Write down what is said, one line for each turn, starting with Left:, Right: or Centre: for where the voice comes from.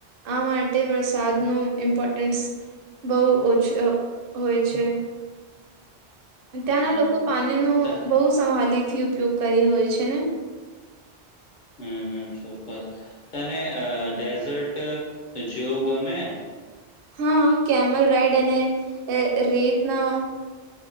Right: આ માટે વરસાદનું ઇમ્પોર્ટન્સ બહુ ઓછ હોય છે.
Left: હમ
Right: ત્યાંના લોકો પાણી નુ
Left: ત
Right: બહુ સમાલી થી ઉપયોગ કરી હોય છે ને
Left: હમ હમ ચોક્કસ તને અ ડેઝર્ટ જોવું ગમે
Right: હા કેમલ રાઈડ અને રે રેતના